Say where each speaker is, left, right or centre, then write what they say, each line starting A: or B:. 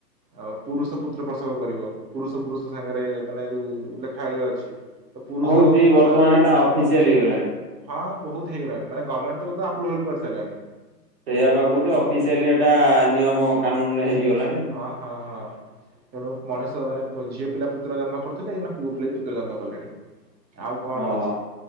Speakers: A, on the right; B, on the right.
A: ଆଉ ପୁରୁଷ ପୁତ୍ର ପ୍ରସବ କରିବ। ପୁରୁଷ ପୁରୁଷ ସାଙ୍ଗରେ ମାନେ ଯୋଉ ଲେଖା ଇଏ ଅଛି। ତ ପୁରୁଷ
B: ହଉଛି ବର୍ତ୍ତମାନ
A: ଛୁଆ ବି
B: ଏଟା ଅଫିସିଆଲି
A: ହଉଚି।
B: ହେଇଗଲାଣି।
A: ହଁ ବହୁତ୍ ହେଇଗଲାଣି ମାନେ ଗମେଣ୍ଟ ତାକୁ ପୁରା ଆପ୍ରୁଭାଲ ବି କରିସାଇଲାଣି।
B: ସେଇଆ ପା କହୁଚି ଅଫିସିଆଲି ଏଟା ନିୟମ କାନୁନ ରେ ହେଇଗଲାଣି।
A: ହ ହ ହ। ତେଣୁ ମଣିଷ ମାନେ ପୁଅ ଝିଅ ପିଲା ପୁତ୍ର ଜନ୍ମ କରୁଥିଲେ ଏ ନା ପୁଅ ପିଲା ବି ପୁତ୍ର ଜନ୍ମ କଲେଣି। ଆଉ କଣ
B: ହଁ
A: ଅଛି?